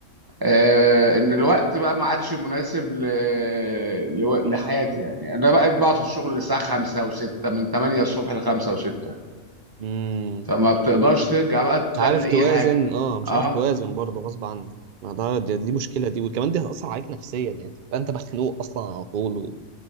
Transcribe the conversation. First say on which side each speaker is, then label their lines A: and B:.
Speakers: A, on the right; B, on the right.
A: آه ان الوقت بقى ما عادش مناسب ل... لو... لحياتي يعني انا بقيت بقعد في الشغل الساعه 5 و6 من 8 الصبح ل 5 و6
B: امم
A: فما بتقدرش ترجع بقى
B: مش
A: تعمل
B: عارف
A: اي
B: توازن
A: حاجه
B: اه مش
A: اه
B: عارف توازن برضه غصب عنك ما ده دي, دي مشكله دي وكمان دي هتاثر عليك نفسيا يعني تبقى انت مخنوق اصلا على طول